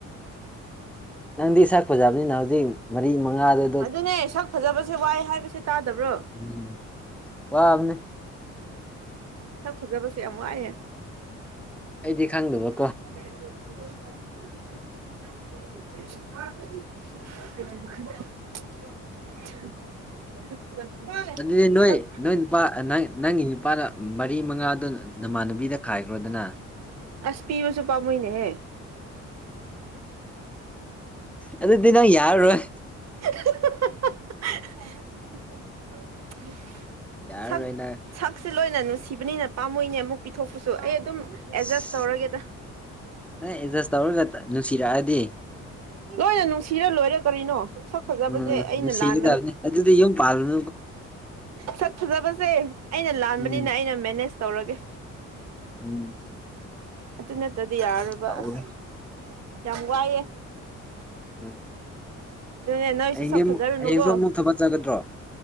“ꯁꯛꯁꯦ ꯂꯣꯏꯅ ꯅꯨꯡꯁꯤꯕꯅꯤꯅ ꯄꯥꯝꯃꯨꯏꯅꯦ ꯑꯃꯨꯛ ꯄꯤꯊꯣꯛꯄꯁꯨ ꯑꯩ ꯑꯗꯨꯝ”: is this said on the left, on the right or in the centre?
Right